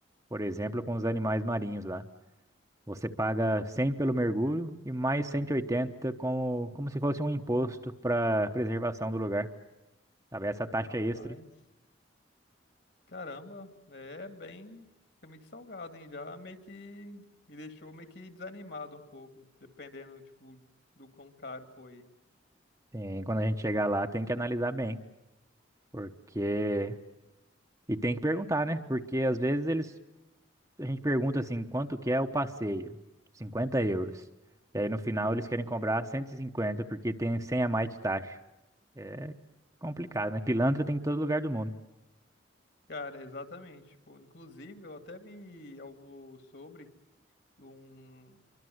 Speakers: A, on the right; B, on the left.
A: por exemplo, com os animais marinhos lá. Você paga 100 pelo mergulho e mais 180 como, como se fosse um imposto para preservação do lugar. Sabe? Essa taxa
B: Rapaz,
A: extra,
B: caramba, é bem, é meio que salgado, hein? Já meio que me deixou meio que desanimado um pouco, dependendo, tipo, do quão caro foi.
A: tem, quando a gente chegar lá, tem que analisar bem, porque... E tem que perguntar, né? Porque às vezes eles a gente pergunta assim, quanto que é o passeio? 50 euros. E aí no final eles querem cobrar 150 porque tem 100 a mais de taxa. É complicado, né? Pilantra tem em todo lugar do mundo.
B: Cara, exatamente. Pô, inclusive, eu até vi algo sobre um...